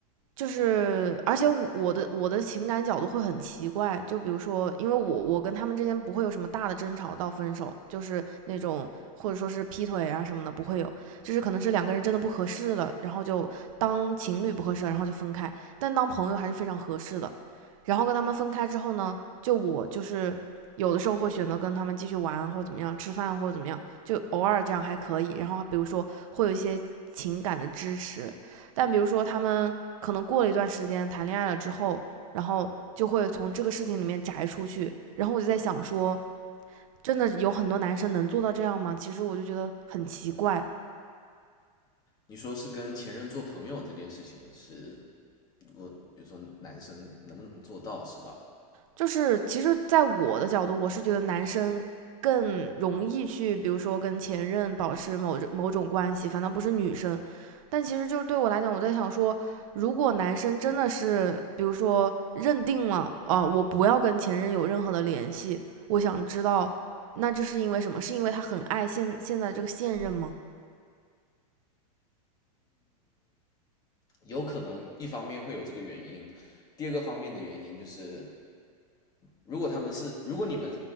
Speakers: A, on the right; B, on the left.
A: 就是，而且我的我的情感角度会很奇怪，就比如说，因为我我跟他们之间不会有什么大的争吵到分手，就是那种或者说是劈腿啊什么的不会有，就是可能是两个人真的不合适了，然后就当情侣不合适了然后就分开，但当朋友还是非常合适的。然后跟他们分开之后呢，就我就是有的时候会选择跟他们继续玩或者怎么样，吃饭或者怎么样，就偶尔这样还可以。然后比如说会有一些情感的支持，但比如说他们可能过了一段时间谈恋爱了之后，然后就会从这个事情里面摘出去。然后我就在想说，真的有很多男生能做到这样吗？其实我就觉得很奇怪，
B: 你说是跟前任做朋友这件事情是，我比如说男生能不能做到是吧？
A: 就是其实，在我的角度，我是觉得男生更容易去，比如说跟前任保持某某种关系，反倒不是女生。但其实就是对我来讲，我在想说，如果男生真的是，比如说认定了，啊、呃我不要跟前任有任何的联系，我想知道，那这是因为什么？是因为他很爱现现在这个现任吗？
B: 有可能一方面会有这个原因，第二个方面的原因就是如果他们是，如果你们，